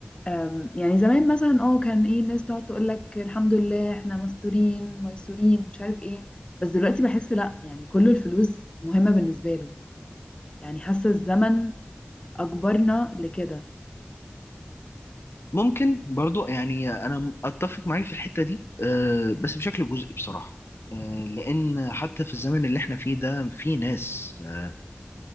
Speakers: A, on the left (about 25°); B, on the left (about 85°).
A: أم، يعني زمان مثلا اه كان ايه الناس تقعد تقول لك الحمد لله احنا مستورين ميسورين مش عارف ايه بس دلوقتي بحس لا يعني كل الفلوس مهمه بالنسبه له يعني حاسه الزمن أجبرنا لكده
B: ممكن برضو يعني أنا أتفق معاك في الحتة دي أه بس بشكل جزئي بصراحة أه لأن حتى في الزمن اللي احنا فيه ده في ناس آه،